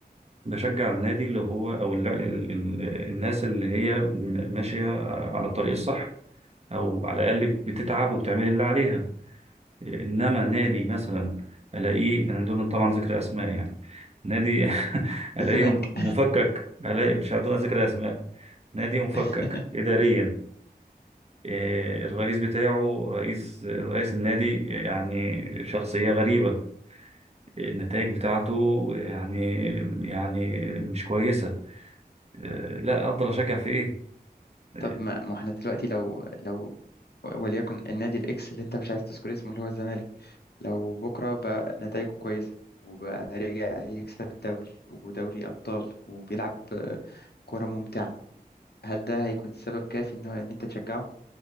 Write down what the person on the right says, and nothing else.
بشجع النادي اللي هو او ال- ال- ال- الناس اللي هي ماشية على الطريق الصح او على الاقل بتتعب وبتعمل اللي عليها انما نادي مثلا الاقيه انا دون طبعا ذكر اسماء يعني نادي <laughs> الاقيه
مفكك الاقي مش عارف دون ذكر اسماء نادي مفكك
اداريا إيه، الرئيس بتاعه رئيس رئيس النادي يعني شخصية غريبة النتائج بتاعته يعني يعني مش كويسة إيه، لا أفضل أشجع في إيه؟ إيه،